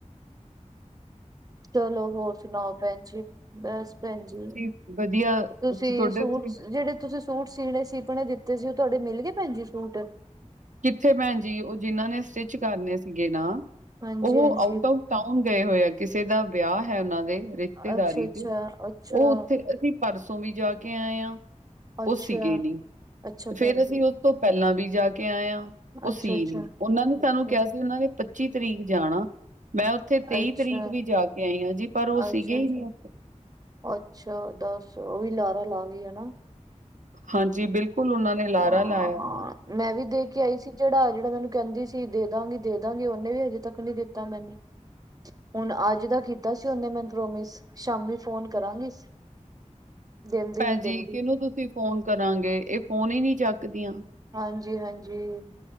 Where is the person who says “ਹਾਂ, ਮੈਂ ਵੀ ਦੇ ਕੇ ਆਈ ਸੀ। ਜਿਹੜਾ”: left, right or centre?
Right